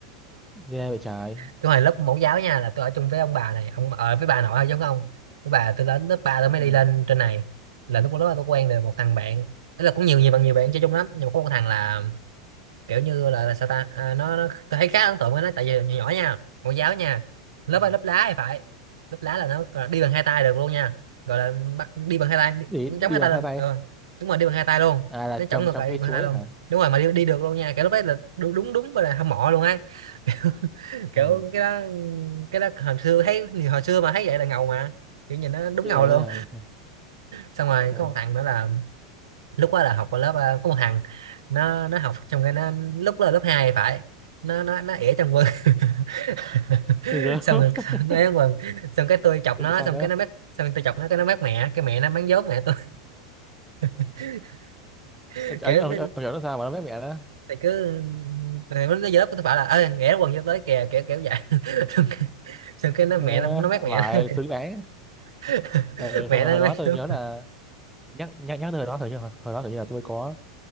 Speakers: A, in the centre; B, on the right (about 85°).
A: ghê vậy trời
B: <laughs> tôi hồi lớp mẫu giáo nha là tôi ở chung với ông bà này ông ở với bà nội thôi giống không với bà tôi đến lớp ba tôi mới
A: ừ.
B: đi lên trên này là lúc đó tôi quen được một thằng bạn tức là cũng nhiều nhiều bạn nhiều bạn chơi chung lắm nhưng mà có một thằng là kiểu như là, là sao ta à, nó, nó tôi thấy khá ấn tượng với nó tại vì nhỏ nhỏ nha mẫu giáo nha lớp
A: ừ.
B: A, lớp lá thì phải lớp lá là nó gọi là đi bằng hai tay được luôn nha gọi là bắt đi bằng hai tay đi-
A: đi
B: cũng
A: đi
B: chống hai
A: bằng
B: tay lên
A: hai tay
B: ờ, đúng rồi đi bằng hai tay luôn
A: à là
B: nó
A: trong
B: chống ngược
A: trong
B: lại
A: cây
B: đi bằng
A: chuối
B: hai tay
A: hả
B: luôn đúng rồi mà đi, đi được luôn nha kiểu lúc đấy là đúng đúng đúng gọi là hâm mộ luôn á <laughs> kiểu
A: ờ
B: cái đó cái đó hồi xưa thấy hồi xưa mà thấy vậy là ngầu mà kiểu nhìn nó đúng
A: biết
B: ngầu
A: rồi
B: luôn
A: biết rồi
B: xong rồi
A: ờ
B: có một thằng nữa là lúc đó là học ở lớp ờ, có một thằng nó nó học trong cái nó lúc đó là lớp 2 phải nó nó nó ỉa trong quân <laughs>
A: Ghê gớm
B: xong
A: <laughs>
B: rồi nó ỉa trong quân xong cái tôi chọc
A: rồi
B: nó
A: sao
B: xong
A: nữa
B: cái nó mét xong tôi chọc nó cái nó mét mẹ cái mẹ nó mắng vốn mẹ tôi <laughs>
A: Ờ, ông
B: kiểu
A: ông
B: nó-
A: ông nhỏ nó sao mà nó với mẹ đó
B: thì cứ ờ, nó nó vô lớp tôi bảo là ơi ỉa quần vô tới kìa kiểu kiểu vậy <laughs> xong, cái- xong cái nó mẹ
A: ờ,
B: nó nó mét mẹ
A: bà
B: nó.
A: xứng đáng
B: <laughs>
A: ừ
B: mẹ
A: xong rồi
B: nó
A: hồi đó
B: mét
A: tôi
B: vốn
A: nhớ là nhắc nhắc nhắc tới hồi đó thời như hồi, hồi đó kiểu như là tôi có